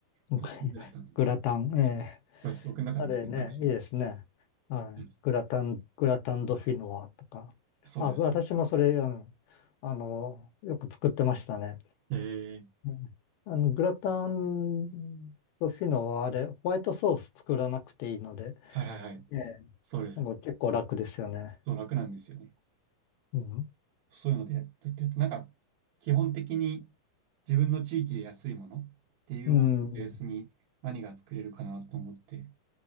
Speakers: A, on the left; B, on the right.
A: <laughs>
B: ポテトグラタンが、
A: グラタン、ええ
B: そうです。僕の中の選択肢ですね。
A: あれね、いいですね。はい。
B: うん
A: グラタン、グラタンドフィノワとか。
B: そうです。
A: あ、私もそれ、うん、あの、よく作ってましたね。
B: えー、
A: うんあの、グラタンドフィノワ、あれ、ホワイトソース作らなくていいので、
B: はいはいはい。
A: ええ
B: そうです。
A: なんか結構楽ですよね。
B: そう、楽なんですよね。
A: うん。
B: そういうのでずっとやって、なんか基本的に自分の地域で安いものっていうものをベースに何が作れるかなと思って
A: うん。